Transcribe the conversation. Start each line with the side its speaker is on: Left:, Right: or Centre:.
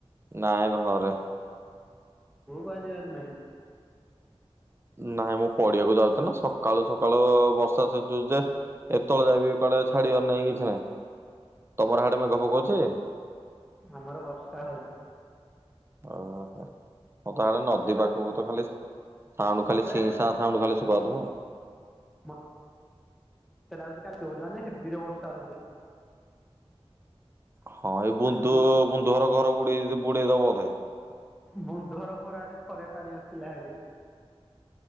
Right: ନାଇଁ ଘରେ।
Centre: <unintelligible> ଆଜିବାର ନାଇଁ।
Right: ନାଇଁ ମୁଁ ପଡିଆକୁ ଯାଉଛି ନା ସକାଳୁ-ସକାଳୁ ବର୍ଷା <unintelligible> ଏତଳ ଯାଏ ବି କୁଆଡେ ଛାଡିବାର ନାଇଁ କିଛି ନାହିଁ, ତମର ହାଡେ ମେଘ ପକଉଚି?
Centre: ଆମର ବର୍ଷା ହଉଛି।
Right: ଓହୋ। <unintelligible> ଆଡେ ନଦୀ
Centre: ଆରେ
Right: ପାଖୁକୁ ତ ଖାଲି ସାଉଣ୍ଡୁ ଖାଲିି
Centre: ଆରେ
Right: ସିଁ
Centre: ଆଜି
Right: ସାଁ ଖାଲି ଶୁଭା ହଉଥିବ
Centre: ମ-
Right: ଆଉ।
Centre: ମତେ <unintelligible> ହେବିରେ ବର୍ଷା ହଉଛି।
Right: ହଁ ଏଇ ବୁନ୍ଦୁ
Centre: ଆସିବୁ ତ
Right: ବୁନ୍ଦୁଘର ଘର ବୁଡେଇ ବୁଡେଇଦବ ବଧେ।
Centre: ବୁନ୍ଦୁଘର ଘରଆଡେ ଥରେ ପାଣି ଆସିଥିଲା ହାରି।